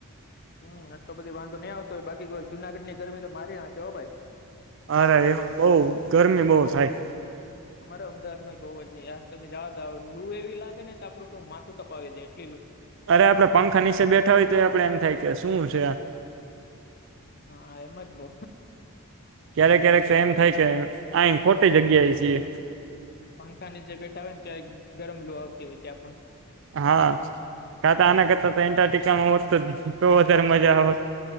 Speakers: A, on the left; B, on the right.
A: હમ એટલો બધી વાંધો નહી આવતો હોય બાકી જુનાગઢની ગરમી તો મારી નાખે હો ભાઈ
B: અરે એવું બોવ ગરમી બોવ થાય
A: અમારે અમદાવાદમાં જ બહુ જ નહીં યાર તમે જવા દાવ લુ એવી લાગે ને તો આપડું તો માથું તપાવી દે એ
B: અરે આપડે પંખા નીચે બેઠા હોય તો આપડે એમ થાય કે શું છે, આ
A: હા એમ જ ને
B: ક્યારેક ક્યારેક તો એમ થાય કે અહી ખોટી જગ્યા એ છીએ
A: પંખા ની જે બેઠા હોય ને ત્યાં ગરમ લોુ આવતી હોય ત્યાં પણ
B: હા કાતા આના કરતા તો એન્ટાર્ક્ટિકામાં હોત તો તોવધારેમજા આવત